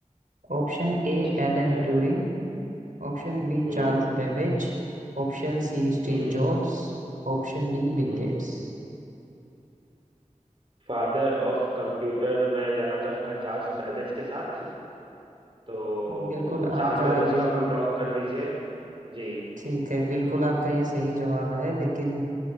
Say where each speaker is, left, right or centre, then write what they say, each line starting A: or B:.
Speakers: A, on the right (about 90°); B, on the right (about 45°).
A: Option A
B: ठीक
A: Alan
B: है
A: Turing option B
B: हम्म
A: Charles Babbage option C Steve
B: हम्म
A: Jobs option D Bill
B: हम्म
A: Gates
B: फादर ऑफ कंप्यूटर मैं जाना चाहूंगा चार्ल्स बैबेज के साथ तो
A: बिल्कुल आपका
B: चार्ल्स बैबेज
A: ये
B: को आप लॉक कर दीजिए जी
A: ठीक है बिल्कुल आपका ये सही जवाब है लेकिन